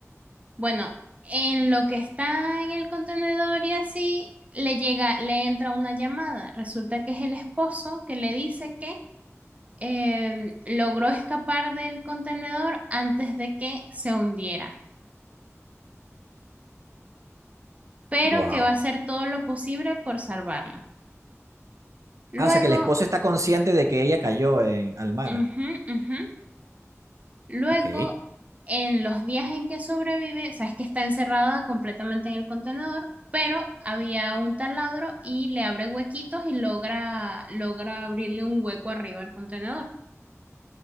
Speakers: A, on the right; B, on the right.
A: Bueno, en lo que está en el contenedor y así, le llega, le entra una llamada. Resulta que es el esposo que le dice que em, logró escapar del contenedor antes de que se hundiera, pero
B: Wow.
A: que va a hacer todo lo posible por salvarla. Luego,
B: Ah, o sea que el esposo está consciente de que ella cayó en, al mar.
A: ujú, ujú, Luego,
B: Ok,
A: en los días en que sobrevive, sabes que está encerrada completamente en el contenedor, pero había un taladro y le abre huequitos y logra, logra abrirle un hueco arriba al contenedor.